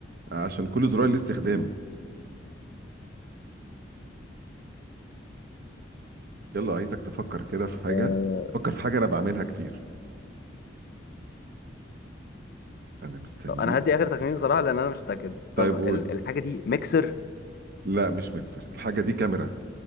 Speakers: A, on the right; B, on the left.
A: عشان كل زرار ليه استخدام يلا عايزك تفكر كده في حاجة
B: أه
A: فكر في حاجة أنا بعملها كتير أنا مستنيك
B: طب انا هدي اخر تخمين بصراحة لان انا مش متأكد طب
A: طيب قول
B: ال- الحاجة دي ميكسر
A: لا مش ميكسر الحاجة دي كاميرا